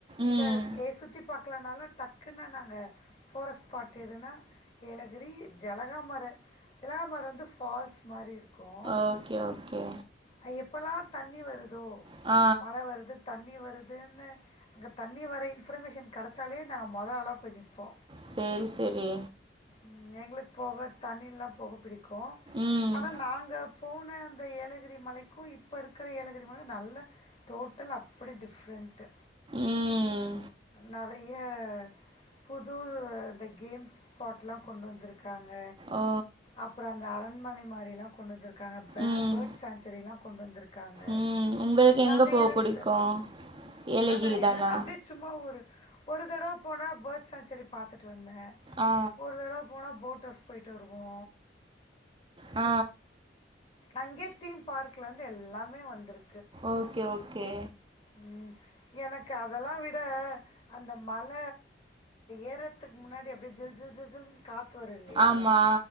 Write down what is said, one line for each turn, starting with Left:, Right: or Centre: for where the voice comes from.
Right: ம்
Left: இல்ல ஏ சுத்தி பாக்கலானாலு டக்ன்னு நாங்க போற ஸ்பாட் எதுனா ஏலகிரி, ஜலகாமர ஜலகாமர வந்து ஃபால்ஸ் மாரி இருக் கு
Right: ஓகே ஓகே
Left: அங் எப் இப்பல்லா தண்ணி வருது
Right: ஆ
Left: மழை தண்ணி வருதுன்னு அங்க தண்ணி வர இன்ஃபர்மேஷன் கிடைச்சாலே நாங்க மொதொ ஆளா போய் நிப்போ
Right: சேரி சேரி
Left: ம் எங்களுக்கு போக தண்ணில்லாம போக பிடிக் கு
Right: ம்
Left: ஆனா நாங்க போன அந்த ஏலகிரி மலைக்கு இப்போ இருக்கிற ஏலகிரி மலை நல்ல டோட்டலா இப்டி டிஃப்ரெண்ட்டு
Right: ம்
Left: நரதி ய புது இந்த கேம்ஸ் பாட்லா கொண்டு வந்திரு க்காங்க
Right: ஓ
Left: அப்புறோ அந்த அரண்மனை மாரி எல்லா கொண்டுந்து இரு க்காங்க பே
Right: ம்
Left: பேர்ட் சேன்சுரிலா கொண்டு வந்திருக்காங்க
Right: ம் உங்களுக்கு
Left: நாங்க
Right: எங்க போக
Left: இருந்த
Right: புடிக்கு ஏலகிரி
Left: ஆனா
Right: தானா
Left: எல்லாமே அப்டியே சும்மா ஒரு ஒரு தடவு போனா பேர்த் செஞ்சுரி பார்த்துட்டு வந்தேன்
Right: ஆ
Left: ஒரு தடவ போனா போட் டர்ஃப் போய்ட்டு வருவோ
Right: ஆ
Left: அங்கே தீம் பார்க்ல இருந்து எல்லாமே வந்திரு
Right: ஓகே ஓகே
Left: ம். எனக்கு அதெல்லா விட அந்த மல ஏர்றதுக்கு முன்னாடி அப்டியே ஜில் ஜில் ஜில் ஜில் காத்து வரு இல்லயா
Right: ஆமா